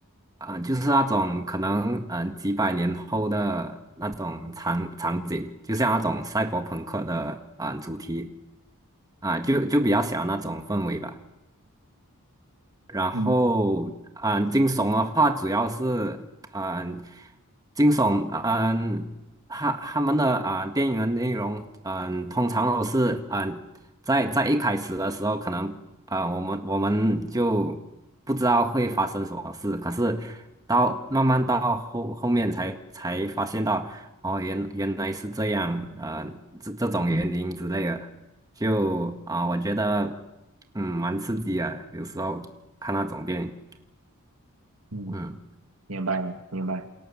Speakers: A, on the right; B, on the right.
A: 啊、就是那种可能嗯、呃几百年后的那种场场景，就像那种赛博朋克的啊、呃主题啊、就就比较喜欢那种氛围吧。然后，
B: 嗯
A: 嗯，惊悚的话主要是，嗯，惊悚，嗯，他他们的啊、呃电影的内容，嗯，通常都是，嗯，在在一开始的时候，可能啊、呃我们我们就不知道会发生什么事，可是到慢慢到后后面才才发现到，哦，原原来是这样，呃，这这种原因之类的。就啊、我觉得嗯蛮刺激啊，有时候看那种电影，
B: 嗯，
A: 嗯。
B: 明白了，明白。